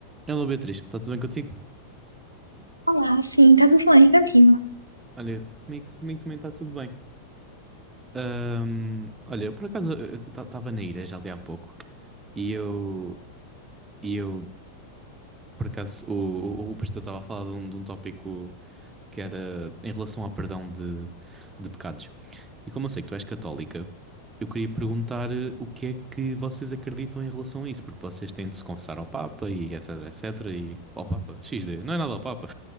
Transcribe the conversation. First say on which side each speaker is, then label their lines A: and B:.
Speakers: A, on the right (about 15°); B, on the right (about 80°).
A: Hello Beatriz, está tudo bem contigo?
B: Olá, sim, está tudo bem e contigo?
A: Olha, comigo, comigo também está tudo bem. Ahm, olha, eu por acaso estava na igreja ali há pouco e eu, e eu por acaso, o, o, o pastor estava a falar de um, de um tópico que era em relação ao perdão de, de pecados. E como eu sei que tu és católica, eu queria perguntar eh, o que é que vocês acreditam em relação a isso, porque vocês têm de se confessar ao Papa e etc, etc, e ao Papa, XD, não é nada ao Papa.